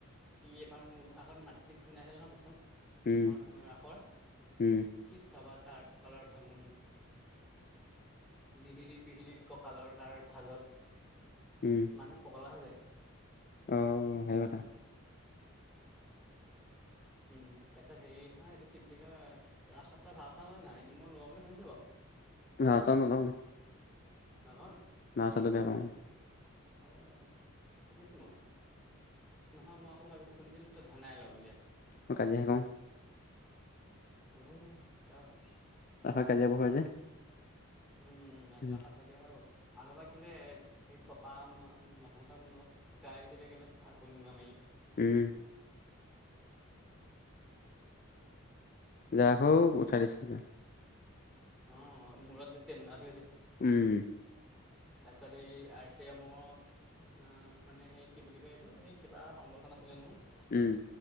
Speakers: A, in the centre; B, on the left.
A: সি বাৰ মোৰ লগ আত মাতি দিখাই আছিলে ন বচোন ধ
B: উম
A: ৰাসৰ
B: উম উম
A: কিৎসা বা তাৰ ক কালাৰ ভাঙন লিহিৰি পিহিৰি কঁকালৰ তাৰ ভাজত
B: উম
A: মানুহ পগলা হৈ যায়।
B: অ সেই কথা
A: হম। তাৰপিছত হেৰি নহয় এইটো কি বুলি কয় ৰাসত ভাল চালে নাই মই লোৱা বুলি শুনিছো বাৰু
B: হ চান ল
A: <inaudible>
B: ন চাল দে পা
A: হয় ভাবিছো মই নহয় মই আকৌ ভাবিছো শুনিছিলো তই ধনাই ল বুলি আকৌ
B: অক জক
A: অ তা ভাল
B: তা পা কাজিয়াবোৰ হয় যে
A: উ নিজিৰাখত
B: উম
A: কাজিয়া হব আগৰবা কেলে এই টপা মুৱা মানুহ এটাৰ মূৰত ফুটাইছিলে কেলে হলুঙা মাৰিয়ে
B: উম য হৌ উঠাই দিছিলি গে
A: অ মূুৰত দে তে ম নে
B: উম
A: তাৰছত এই আৰছিয় ম অ মানে সেই কি বুলি কয় এইটো এই কিবা সংগঠন আছিলে নহয়।
B: উম